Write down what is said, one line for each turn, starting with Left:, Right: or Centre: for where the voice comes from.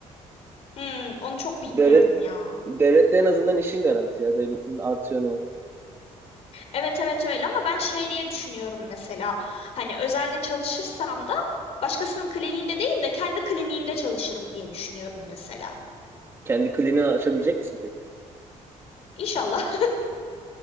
Left: Hmm, onu çok bilmiyorum
Right: Devlet
Left: ya.
Right: devlette en azından işin garanti ya. Devletin artıyor o.
Left: Evet evet öyle ama ben şey diye düşünüyorum mesela. Hani özelde çalışırsam da başkasının kliniğinde değil de kendi kliniğimde çalışırım diye düşünüyorum mesela.
Right: Kendi kliniği açabilecek misin peki?
Left: İnşallah.